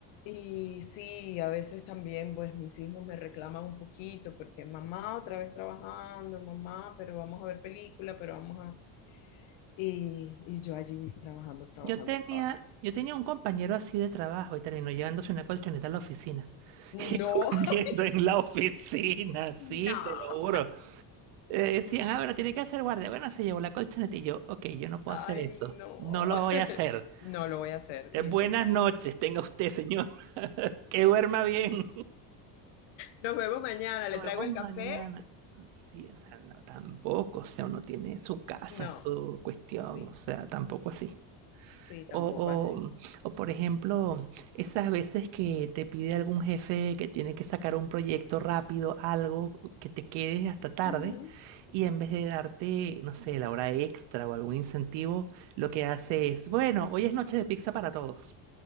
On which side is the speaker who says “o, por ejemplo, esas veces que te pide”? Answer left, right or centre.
Right